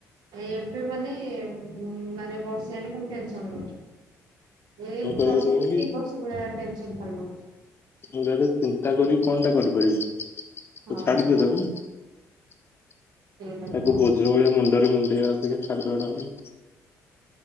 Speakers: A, on the right (about 75°); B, on the left (about 35°).
A: ଏବେ ମାନେ ମାନେ ବର୍ଷେଇ ଆଣି କଣ ଟେନସନ ନଉଚି। ଏ
B: ମୁଁ କହିବା
A: ବସିବୁ
B: କଥା କି କି
A: ଦି ବସ ଭଳି ଟେନସନ୍ ଭା ହଉଚି।
B: ମୁଁ ଯଦି ଚିନ୍ତା କରି କଣଟା କରିପାରିବି ତ
A: ହଁ
B: ଛାଡି ଦିଅ ତାକୁ ତାକୁ
A: ସେଇ କଥା।
B: ବୋଝ ଭଳିଆ ମୁଣ୍ଡ ମୁଣ୍ଡେଇବା ଅପକ୍ଷା ଛାଡିଦବାଟା ଭଲ।